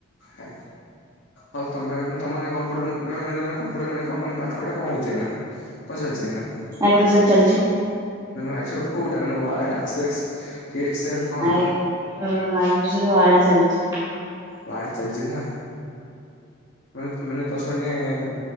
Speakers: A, on the left; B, on the right.
A: ଆ ଆଉ ତମେ ତମ କମ୍ଟର ମାନ କମ୍ପ୍ୟୁଟର ମାନୋନ ପାଠୁଡା କଣଉଛି କଣ ଚାଲିଛି ନା।
B: ଆାଇକ୍ରୋସଫ୍ଟ ଚାଲଛି।
A: ମାନେ ୱାଇସଟ୍ କୋଉଟା ମାନେ ୱାଇ ଆକକ୍ସୱେସ୍ କି ଏକ୍ସେଲ କଣ?
B: ନାଇଁ ମୋର ମାଇକ୍ରୋସଫ୍ ୱାର୍ଡ ଚାଲିଚି।
A: ୱାର୍ଡ ଚାଲିଚି ନା ମାନେ ମାନେ ତ ସବୁ ମାନେ ତ